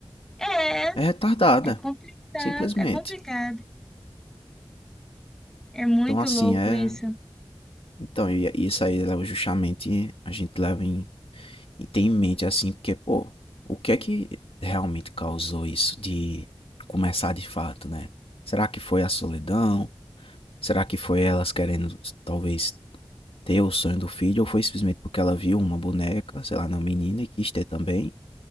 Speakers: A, in the centre; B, on the left.
A: É,
B: É retardada.
A: é complicado,
B: Simplesmente.
A: é complicado. É muito
B: Então, assim,
A: louco
B: é.
A: isso.
B: Então, e e isso aí leva justamente. A gente leva em. E tem em mente, assim, porque, pô, o que é que realmente causou isso de começar de fato, né? Será que foi a solidão? Será que foi elas querendo, talvez, ter o sonho do filho? Ou foi simplesmente porque ela viu uma boneca, sei lá, na menina e quis ter também?